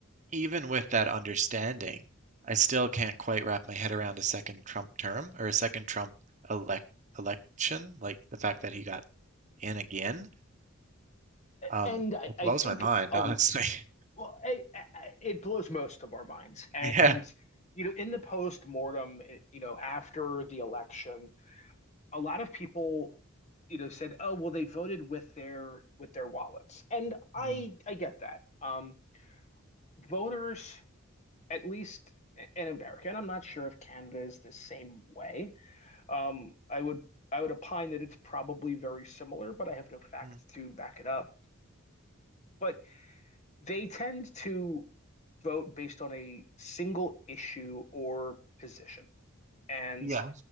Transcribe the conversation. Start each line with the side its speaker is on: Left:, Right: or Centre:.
Right: even with that understanding, I still can't quite wrap my head around a second Trump term or a second Trump elect election, like the fact that he got in again. Um,
Left: And I,
Right: it
Left: I
Right: blows
Left: think
Right: my mind,
Left: a,
Right: honestly. <laughs>
Left: Well, I, I, it blows most of our minds. And,
Right: Yeah.
Left: and you know, in the post mortem, you know, after the election, a lot of people, you know, said, "Oh, well, they voted with their with their wallets," and I
Right: Mm,
Left: I get that. Um, voters, at least in America, and I'm not sure if Canada is the same way. Um, I would I would opine that it's probably very similar, but I have no facts
Right: mm,
Left: to back it up. But they tend to vote based on a single issue or position. And
Right: Yeah.